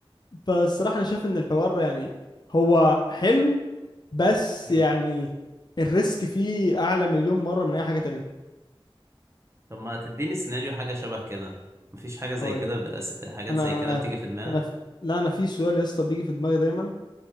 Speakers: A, on the left; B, on the right.
A: فالصراحة انا شايف ان الحوار يعني هو حلو بس
B: مم.
A: يعني الريسك فيه اعلى مليون مرة من اي حاجة تانية
B: طب ما تديني سيناريو حاجة شبه كده مفيش حاجة زي
A: هقول
B: كده بأس... حاجات
A: انا
B: زي كده بتيجي في دماغك
A: انا لا انا في سؤال يا اسطى بيجي في دماغي دايما